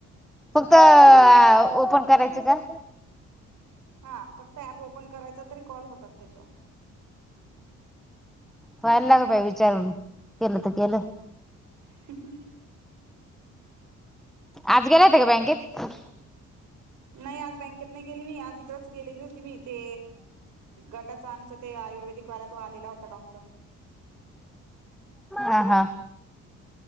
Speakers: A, in the centre; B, on the right.
A: फक्त ओपन करायचं काय?
B: हा फक्त ऍप ओपन करायचा, तरी कॉल होतात त्याच्यावर.
A: पहायला का बाई विचारून केलं तर केलं.
B: <unintelligible>
A: आज गेल्या होत्या का बँकेत?
B: नाही आज बँकेत नाही गेली मी, आज इकडच गेलेली होती मी ते गटाच आमच ते आयुर्वेदिक तो आलेला होता डॉक्टर.
A: हा, हा.